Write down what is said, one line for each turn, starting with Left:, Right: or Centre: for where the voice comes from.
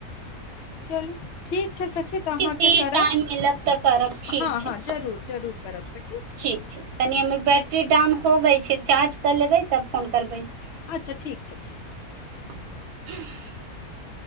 Left: चलू ठीक छै सखी तऽ अहाँके
Right: फिर
Left: करब
Right: टाइम मिलब तऽ करब ठीक
Left: हँ
Right: छै
Left: हँ जरूर जरूर करब सक
Right: ठीक छै तनि हमर बैटरी डाउन हो गेल छै चार्ज कर लेबै तब फोन करबै
Left: अच्छा ठीक छै ठीक
Right: <unintelligible>